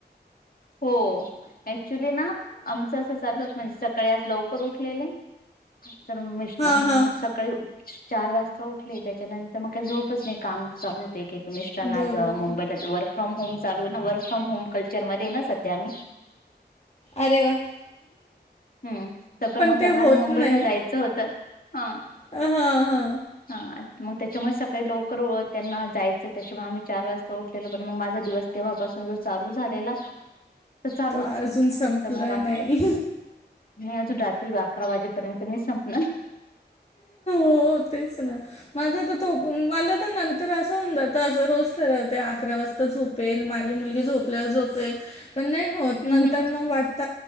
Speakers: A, on the left; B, on the left.
A: हो ऍक्च्युली ना आमचं असं चाललं. म्हणजे सकाळी आज लवकर उठलेले तर म
B: हां हां
A: सकाळी चार वाजता उठले त्याच्यानंतर मग काय झोपच नाही काम चालू होत एक एक मिस्ट्रांना
B: बरोबर
A: आज मुंबईला वर्क फ्रॉम होम चालू आहे ना वर्क फ्रॉम होम कल्चरमध्ये ना सध्या म
B: अरे वा.
A: हम्म तर पण मग
B: ते
A: त्यांना
B: होत
A: आज मुंबईला
B: नाही
A: जायचं होतं हा
B: हां हा.
A: हा मग त्याच्यामुळे सकाळी लवकर त्यांना जायचं त्याच्यामुळे आम्ही चार वाजता उठले पण मग माझा दिवस तेव्हापासू सजा चालू झालेला तर चालूच.
B: तो अजून संपला
A: तर मग आत-
B: नाही.
A: मी अजून रात्री अकरा वाजेपर्यंत नई संपणार
B: हो तेच ना माझं तर तो मला तर नंतर असं होऊन जातं असं रोज ठरव होते अकरा वाजता झोपेल माझी मुलगी झोप झोेपेल पण नाही होत नंतर
A: हम्म हम्म
B: मग वाटत